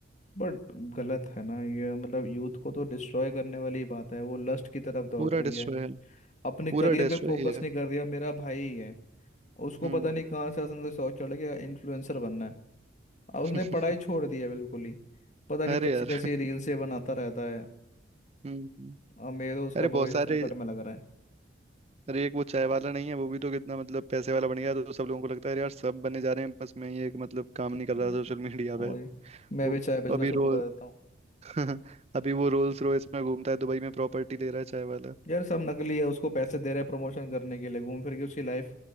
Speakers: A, on the left (about 40°); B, on the right (about 35°).
A: बट गलत है ना ये मतलब यूथ को तो डिस्ट्रॉय करने वाली ही बात है वो लस्ट की तरफ दौड़
B: पूरा
A: रही
B: डिस्ट्रॉय
A: है
B: है
A: अपने
B: पूरा
A: करियर
B: डिस्ट्रॉय
A: पे फोकस
B: ही है
A: नहीं कर रही है मेरा भाई ही है उसको
B: हम्म
A: पता नहीं कहाँ से असन से शौक चढ़ गया इन्फ्लुएंसर बनना है और उसने
B: <laughs>
A: पढ़ाई छोड़ दी है बिल्कुल ही पता नहीं
B: अरे
A: कैसी
B: यार
A: कैसी रील से बनाता रहता है
B: हम्म
A: और मेरे तो उसका
B: अरे
A: भविष्य
B: बहुत सारे
A: संकट में लग रहा है
B: अरे एक वो चाय वाला नहीं है वो भी तो कितना मतलब पैसे वाला बन गया तो सब लोगों को लगता है यार सब बने जा रहे हैं बस मैं ही एक मतलब काम नहीं कर
A: हम्म।
B: रहा सोशल मीडिया
A: वही
B: पे
A: मैं
B: वो
A: भी चाय बेचना
B: अभी
A: शुरू
B: रोल
A: कर देता हूँ
B: <laughs> अभी वो रोल्स रॉयस में घूमता है दुबई में प्रॉपर्टी ले रहा है चाय वाला
A: यार सब नकली है उसको पैसे दे रहे हैं प्रमोशन करने के लिए घूम फिर के उसकी लाइफ